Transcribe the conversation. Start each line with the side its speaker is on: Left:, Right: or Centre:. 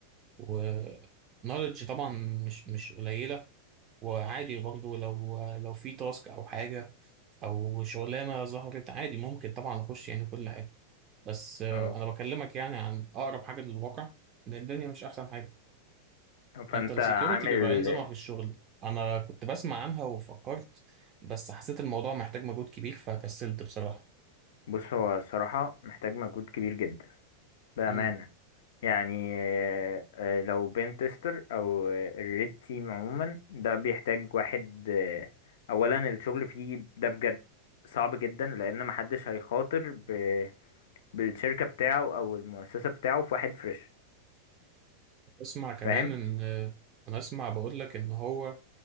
Right: و knowledge طبعا مش مش قليله وعادي برضو لو لو في تاسك او حاجه او شغلانه ظهرت عادي ممكن طبعا اخش يعني كل حاجه بس آه،
Left: اه
Right: انا بكلمك يعني عن اقرب حاجه للواقع ان الدنيا مش احسن حاجه
Left: فانت
Right: انت السكيورتي
Left: عامل
Right: بيبقى إيه نظامها في الشغل انا كنت بسمع عنها وفكرت بس حسيت الموضوع محتاج مجهود كبير فكسلت بصراحه
Left: بص هو الصراحه محتاج مجهود كبير جدا بامانه
Right: مم.
Left: يعني آه، آه، لو بين تيستر او الريد تيم عموما ده بيحتاج واحد آه، اولا الشغل فيه ده بجد صعب جدا لان محدش هيخاطر ب- بالشركة بتاعه او المؤسسة بتاعه في واحد فريش
Right: اسمع كمان
Left: فاهم
Right: ان آه، انا اسمع بقول لك ان هو